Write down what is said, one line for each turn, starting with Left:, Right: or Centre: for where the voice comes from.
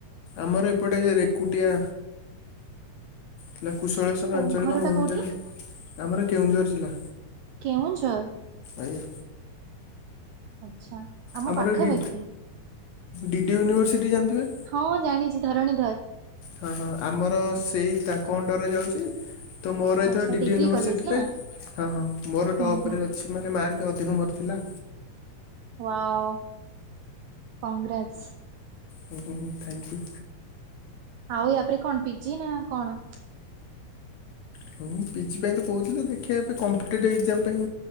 Left: ଆମର ଏପଟେ ରେକୁଟିଆ ହେ କୁଶଳେଶ୍ୱର
Right: କୋଉ
Left: ଆଞ୍ଚଳିକ
Right: ଘରଟା
Left: ମହାବିଦ୍ୟାଳୟ
Right: କୋଉଠି?
Left: ଆମର କେଉଁଝର ଜିଲ୍ଲା
Right: କେଉଁଝର
Left: ଆଜ୍ଞା
Right: ଆଛା ଆମ
Left: ଆମର
Right: ପାଖାପାଖି
Left: ଡି ଡି ଡି ୟୁନିଭର୍ସିଟି ଜାଣିଥିବେ
Right: ହଁ ଜାଣିଛି ଧରଣୀଧର
Left: ହଁ ହଁ ଆମର ସେଇ ତାଙ୍କ ଅଣ୍ଡରେ ଯାଉଛି ତ ମୋର ଏଇଥ
Right: ଆଚ୍ଛା
Left: ଡିଡି
Right: ଡିଗ୍ରୀ
Left: ୟୁନିଭର୍ସିଟିରେ
Right: କଲେଜ ନା
Left: ହଁ ହଁ ମୋର
Right: ହୁଁ
Left: ଟପ
Right: ହୁଁ
Left: ରେ ଅ ସେମାନେ ମାର୍କେ ଅଧିକ ମର ଥିଲା
Right: ୱଓ କଂଗ୍ରାଟ୍ସ
Left: ହୁଁ ହୁଁ ହଁ ଥ୍ୟାଙ୍କୟୁ
Right: ଆଉ ୟା ପରେରେ କଣ ପିଜି ନା କଣ
Left: ହଁ ପିଜି ପାଇଁ ତ କହୁଥିଲି ଦେଖିବା ଏବେ କମ୍ପିଟେଟିଭ୍ ଏକ୍ଜାମ ପାଇଁ